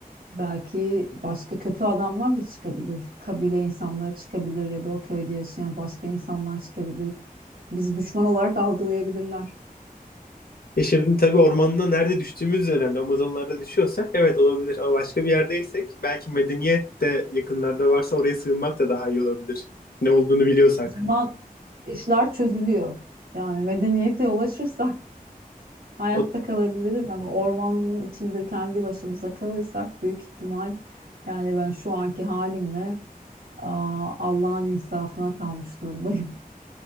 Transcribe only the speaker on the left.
E şimdi tabii ormanda nerede düştüğümüz önemli. Amazonlarda düşüyorsak evet olabilir ama başka bir yerdeysek belki medeniyet de yakınlarda varsa oraya sığınmak da daha iyi olabilir. Ne olduğunu biliyorsak.
O,